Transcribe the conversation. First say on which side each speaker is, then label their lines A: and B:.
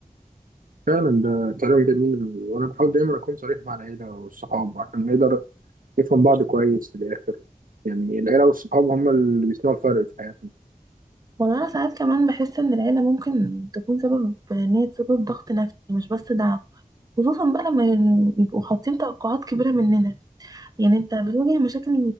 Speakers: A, on the right; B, on the right.
A: فعلا ده كلام جميل وانا بحاول دايما اكون صريح مع العيله والصحاب عشان نقدر نفهم بعض كويس في الاخر يعني العيله والصحاب هم اللي بيصنعوا الفرق في حياتنا
B: والله أنا ساعات كمان بحس إن العيلة ممكن تكون سبب إن هي تسبب ضغط نفسي مش بس دعم خصوصا بقى لما يبقوا حاطين توقعات كبيرة مننا يعني أنت بتواجه مشاكل